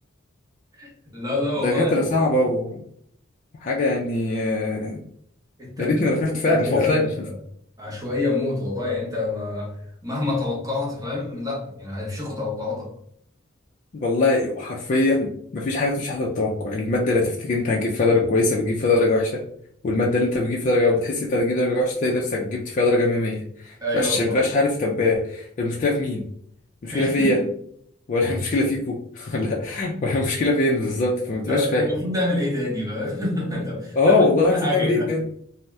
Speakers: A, on the right (about 20°); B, on the left (about 40°).
A: <laughs> لا لا والله
B: دكاتره
A: يعني
B: صعبه وحاجه يعني آه،
A: التقديرات
B: يا ريتني ما دخلت
A: في الكلية
B: فعلا <laughs> والله
A: عشوائية موت والله يعني انت ما مهما توقعت فاهم لا يعني هيفشخوا توقعاتك
B: والله حرفيا مفيش حاجه مفيش حاجه بالتوقع الماده اللي تفتكر انت هتجيب فيها درجه كويسه بتجيب فيها درجه وحشه والماده اللي انت بتجيب فيها درجه بتحس انت هتجيب درجه وحشه تلاقي نفسك جبت فيها درجه 100 ما
A: ايوه
B: تبقاش
A: والله
B: ما تبقاش عارف طب المشكله في مين مشكله
A: <laughs>
B: فيا ولا <laughs> مشكله فيكو <laughs> ولا ولا مشكله فين بالظبط فما بتبقاش
A: طب المفروض
B: فاهم
A: نعمل ايه تاني فاهم <laughs> طب
B: اه
A: انا عملت
B: والله
A: كل
B: المفروض
A: حاجه
B: نعمل
A: كده
B: ايه بجد